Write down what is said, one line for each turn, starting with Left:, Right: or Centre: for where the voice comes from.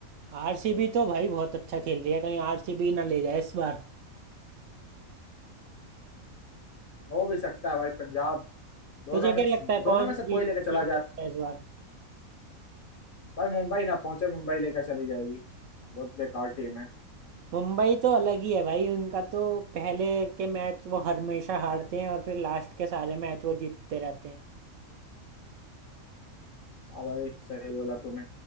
Right: आरसीबी तो भाई बहुत अच्छा खेल रही है कहीं आरसीबी ना ले जाए इस बार
Left: हो भी सकता है भाई पंजाब दोनों
Right: तुझे
Left: में
Right: क्या लगता है
Left: दोनों
Right: कौन
Left: में से कोई
Right: जीत
Left: लेके चला
Right: जीत
Left: जाए
Right: सकता है इस बार
Left: भाई मुंबई ना पहुंचे मुंबई लेकर चली जाएगी बहुत बेकार टीम है
Right: मुंबई तो अलग ही है भाई उनका तो पहले के मैच वो हमेशा हारते हैं और फिर लास्ट के सारे मैच वो जीतते रहते हैं
Left: हाँ भाई सही बोला तूने